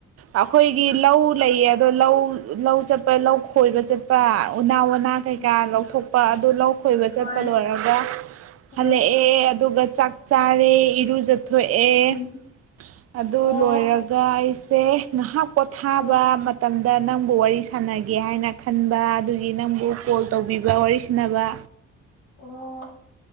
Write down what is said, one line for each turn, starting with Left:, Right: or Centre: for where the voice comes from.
Right: ꯑꯩꯈꯣꯏꯒꯤ ꯂꯧ ꯂꯩꯌꯦ ꯑꯗꯣ ꯂꯧ ꯂꯧ ꯆꯠꯄ ꯂꯧ ꯈꯣꯏꯕ ꯆꯠꯄ ꯎꯅꯥ ꯋꯥꯅꯥ
Left: ꯎꯝ
Right: ꯀꯩꯀꯥ ꯂꯧꯊꯣꯛꯄ ꯑꯗꯨ ꯂꯧ ꯈꯣꯏꯕ
Left: ꯍꯣꯏ
Right: ꯆꯠꯄ ꯂꯣꯏꯔꯒ
Left: ꯍꯣꯏ
Right: ꯍꯜꯂꯛꯑꯦ ꯑꯗꯨꯒ ꯆꯥꯛ ꯆꯥꯔꯦ ꯏꯔꯨ ꯊꯣꯛꯑꯦ
Left: ꯎꯝ
Right: ꯑꯗꯨ
Left: ꯑꯣ
Right: ꯂꯣꯏꯔꯒ ꯑꯩꯁꯦ ꯉꯍꯥꯛ ꯄꯣꯊꯥꯕ
Left: ꯑꯣ
Right: ꯃꯇꯝ ꯅꯪꯕꯨ ꯋꯥꯔꯤ ꯁꯥꯟꯅꯒꯦ ꯍꯥꯏꯅ ꯈꯟꯕ ꯑꯗꯨꯒꯤ ꯅꯪꯕꯨ ꯀꯣꯜ ꯇꯧꯕꯤꯕ ꯋꯥꯔꯤ ꯁꯥꯟꯅꯕ
Left: ꯑꯣ